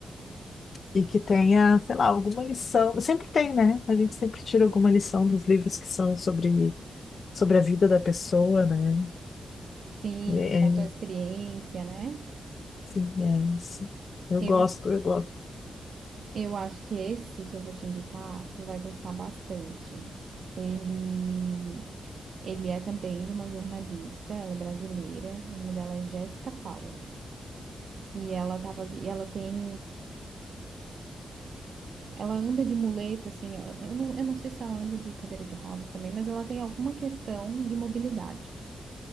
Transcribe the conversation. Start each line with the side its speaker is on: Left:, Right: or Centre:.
Left: e que tenha, sei lá, alguma lição. Sempre tem, né? A gente sempre tira alguma lição dos livros que são sobre, sobre a vida da pessoa, né?
Right: Sim,
Left: É,
Right: que contam a experiência, né?
Left: sim, é, sim. Eu
Right: Eu,
Left: gosto, eu gosto.
Right: eu acho que esse que eu vou te indicar, tu vai gostar bastante. Ele, ele é também de uma jornalista, ela é brasileira, o nome dela é Jéssica Paula. E ela tava, vi- ela tem, ela anda de muleta, assim, eu eu não, eu não sei se ela anda de cadeira de rodas também, mas ela tem alguma questão de mobilidade.